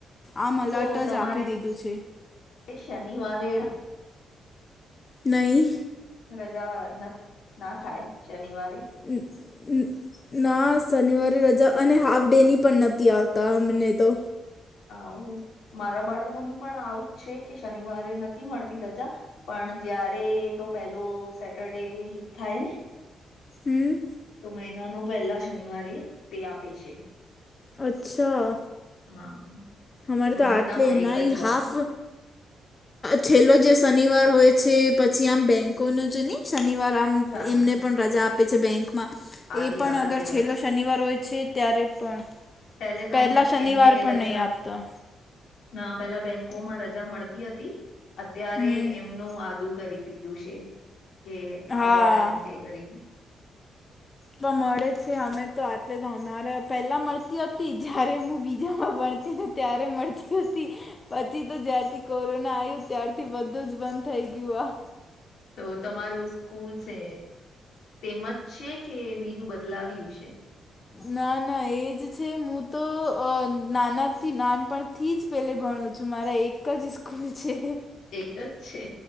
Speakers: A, on the left; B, on the left.
A: આમ અલર્ટ
B: તો તમારે
A: જ આપી દીધું છે
B: શનિવારે
A: નહી
B: રજાઓ ના થાય શનિવારે
A: હમ્મ હમ્મ ના શનિવારે રજા અને હાફ ડે ની પણ નથી આવતા અમને તો
B: આવ મારા બાળકોની પણ આવુંજ છે કે શનિવારે નથી મળતી રજા પણ જયારે તો પેલો સેટરડે થાય ને
A: હમ્મ
B: તો મહિનાનું પહેલા શનિવારે તે આપે છે
A: અચ્છા
B: હા
A: અમારે તો
B: મહિનામાં
A: આટલે
B: એક
A: ના ઈ
B: જ વાર
A: હાફ છેલ્લો જે શનિવાર હોય છે પછી આમ બેંકો ન છે ને શનિવાર આ
B: ચાનો
A: એમને પણ રજા આપે છે બેંકમાં
B: આદિ
A: એ પણ
B: આધા
A: અગર
B: દિવસ
A: છેલ્લો શનિવાર હોય છે ત્યારે પણ
B: પેલે તો
A: પહેલા
B: તમ
A: શનિવાર
B: એમને
A: પણ
B: રજા
A: નહીં આપતા
B: ના પેલા બેંકો માં રજા મળતી હતી અત્યારે
A: હમ
B: એમનું આદું કરી દીધું છે કે
A: હા
B: આધા ટાઈમ તે કરી
A: તો મળે છે અમે તો આટ તો અમારે પેલા મળતી હતી જયારે હું ત્યામાં ભણતી ને ત્યારે મળતી હતી પછી તો જ્યારથી કોરોના આયુ ત્યારથી બધું જ બંધ થઈ ગયું આ
B: તો તમારું સ્કૂલ છે તેમજ છે કે બીજું બદલાવ્યું છે.
A: ના ના એજ છે હું તો અ નાના થી નાનપણ થી જ પેલે ભણું છું મારા એક જ સ્કૂલ છે.
B: એક જ છે.